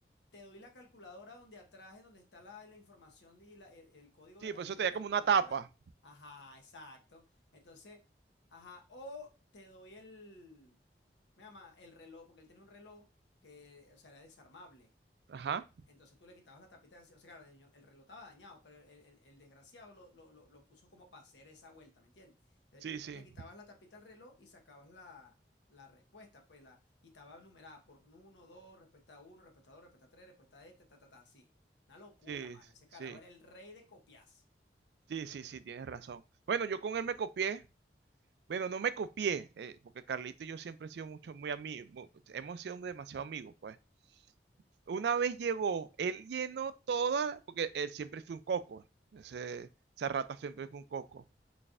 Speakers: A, on the left; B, on the right.
A: Te doy la calculadora donde atrás es donde está la, la información y la- el, el código
B: Sí,
A: de la,
B: pues
A: de
B: eso
A: la
B: tenía
A: calculadora.
B: como una tapa.
A: Ajá, exacto. Entonces, ajá, o te doy el, me llama, el reloj, porque él tenía un reloj que, o sea, era desarmable.
B: Ajá.
A: Entonces tú le quitabas la tapita, o sea, claro, el, niño- el reloj estaba dañado, pero el, el- el desgraciado lo, lo- lo- lo puso como para hacer esa vuelta, ¿me entiendes? Entonces
B: Sí, sí.
A: tú le quitabas la tapita al reloj y sacabas la, la respuesta, pues, la, y estaba numerada por uno, dos, respuesta uno, respuesta dos, respuesta tres, respuesta este, ta, ta, ta, así. Una locura,
B: Sí,
A: mano. Ese carajo
B: sí.
A: era el rey de copias.
B: Sí, sí, sí, tienes razón. Bueno, yo con él me copié. Bueno, no me copié, eh, porque Carlito y yo siempre hemos sido mucho, muy amigos, hemos sido demasiado amigos, pues. Una vez llegó, él llenó toda, porque él siempre fue un coco, ese- esa rata siempre fue un coco.